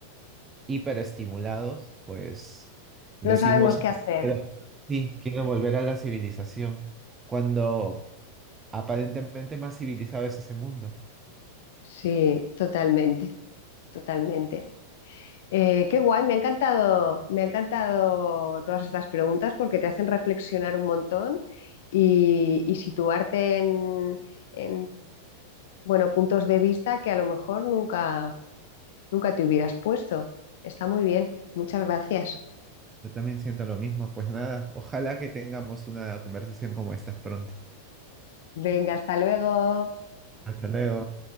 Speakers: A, on the right; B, on the left.
A: hiperestimulados, pues decimos,
B: no sabemos qué hacer.
A: "Quiero- sí, quiero volver a la civilización, cuando aparentemente más civilizado es ese mundo.
B: Sí, totalmente, totalmente. Eh, qué guay, me ha encantado, me ha encantado todas estas preguntas porque te hacen reflexionar un montón y, y situarte en, en, bueno, puntos de vista que a lo mejor nunca, nunca te hubieras puesto. Está muy bien, muchas gracias.
A: Yo también siento lo mismo. Pues nada, ojalá que tengamos una conversación como esta pronto.
B: Venga, hasta luego.
A: Hasta luego.